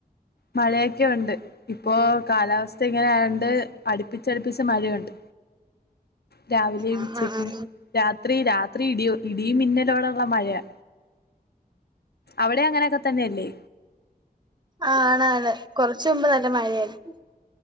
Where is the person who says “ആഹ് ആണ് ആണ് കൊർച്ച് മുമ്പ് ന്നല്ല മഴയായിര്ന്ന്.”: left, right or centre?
Right